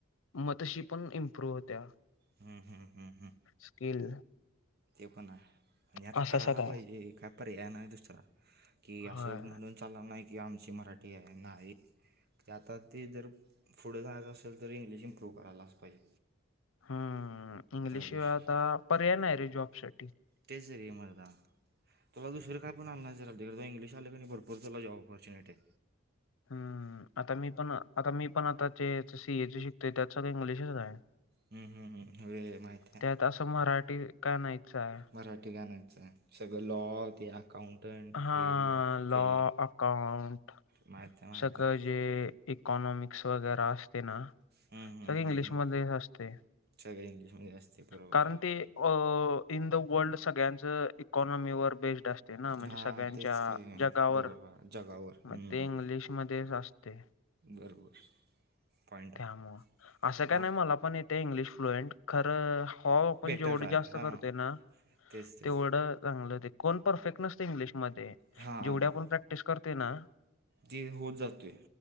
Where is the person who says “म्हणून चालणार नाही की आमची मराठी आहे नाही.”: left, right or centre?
Right